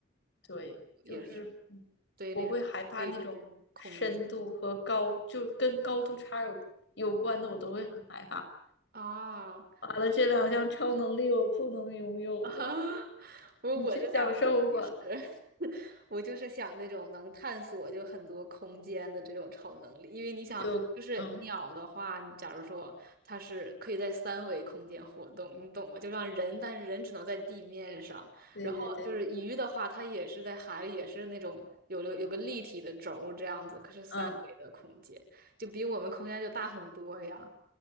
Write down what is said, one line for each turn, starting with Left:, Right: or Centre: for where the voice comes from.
Left: 对，就是嗯，
Right: 也是对那种未知恐惧
Left: 我会害怕那种深度和高，就是跟高度差有有关的，我都会很害怕。
Right: 啊。
Left: 完了，这两项超能力我不能拥有了，
Right: 啊，<laughs> 我我这两个就是
Left: 你去享受吧。
Right: <laughs> 我就是想那种能探索就很多空间的这种超能力，因为你想，
Left: 就嗯，
Right: 就是鸟的话，你假如说它是可以在三维空间活动，你懂吗？就让人，但是人只能在地面上，
Left: 对对对，
Right: 然后就是鱼的话，它也是在海里，也是那种有了有个立体的轴这样子，可是三维的空间就比我们空间就大很多呀。
Left: 嗯。